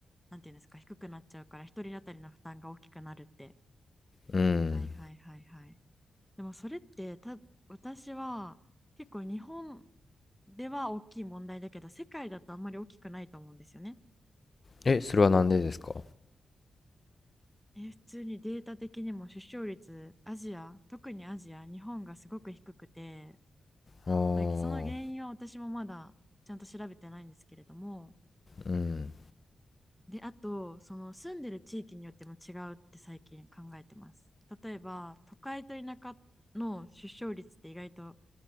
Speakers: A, in the centre; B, on the left.
A: なんていうんですか、低くなっちゃうから、一人当たりの負担が大きくなるって。
B: うん。
A: はいはいはいはい。でもそれってた、私は結構日本では大きい問題だけど、世界だとあんまり大きくないと思うんですよね。
B: え、それはなんでですか
A: え、普通にデータ的にも出生率、アジア、特にアジア、日本がすごく低くて、
B: ああー、
A: まあ、その原因は私もまだちゃんと調べてないんですけれども、
B: うん。
A: で、あと、その住んでる地域によっても違うって最近考えてます。例えば、都会と田舎の出生率って意外と